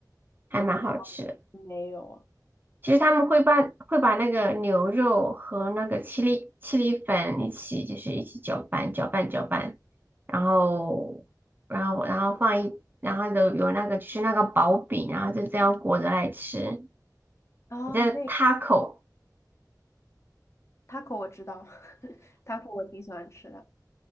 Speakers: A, on the right; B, on the left.
A: 还蛮好吃的。
B: 嗯，好没有啊，
A: 其实他们会把会把那个牛肉和那个七粒七粒粉一起，就是一起搅拌搅拌搅拌，然后然后然后放一，然后有有那个就是那个薄饼，然后就这样裹着来吃，
B: 啊那
A: 叫 taco，
B: taco 我知道 <laughs>，taco 我挺喜欢吃的。